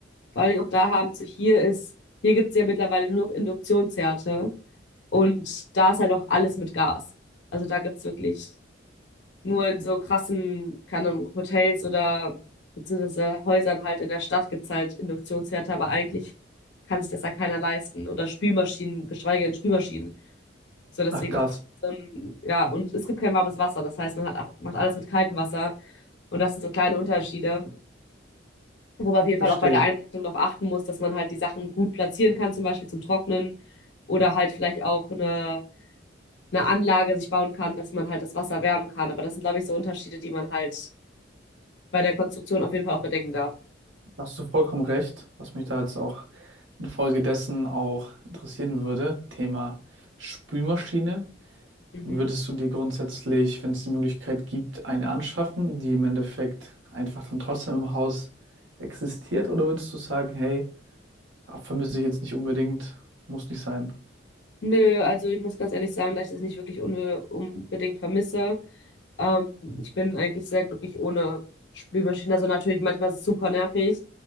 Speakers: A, on the left (about 65°); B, on the right (about 80°).
A: vor allen Dingen auch da haben, so hier ist, hier gibt's ja mittlerweile nur noch Induktionsherde und da ist halt auch alles mit Gas. Also da gibt's wirklich nur in so krassen, keine Ahnung, Hotels oder beziehungsweise Häusern halt in der Stadt gibt's halt Induktionsherde, aber eigentlich kann sich das ja keiner leisten. Oder Spülmaschinen, geschweige denn Spülmaschinen. So, deswegen,
B: Ach krass,
A: das ist schon, ja, und es gibt kein warmes Wasser. Das heißt, man hat, auch- macht alles mit kaltem Wasser. Und das sind so kleine Unterschiede, wo man auf jeden Fall
B: verstehe.
A: auch bei der Einrichtung darauf achten muss, dass man halt die Sachen gut platzieren kann, zum Beispiel zum Trocknen oder halt vielleicht auch eine, eine Anlage sich bauen kann, dass man halt das Wasser wärmen kann. Aber das sind, glaube ich, so Unterschiede, die man halt bei der Konstruktion auf jeden Fall auch bedenken darf.
B: Da hast du vollkommen recht, was mich da jetzt auch infolgedessen auch interessieren würde. Thema Spülmaschine.
A: Mhm.
B: Würdest du dir grundsätzlich, wenn es die Möglichkeit gibt, eine anschaffen, die im Endeffekt einfach dann trotzdem im Haus existiert? Oder würdest du sagen, hey, ah, vermisse ich jetzt nicht unbedingt, muss nicht sein?
A: Nö, also ich muss ganz ehrlich sagen, dass ich das nicht wirklich un unbedingt vermisse. Ähm, ich bin eigentlich sehr glücklich ohne Spülmaschine. Also natürlich manchmal ist es super nervig.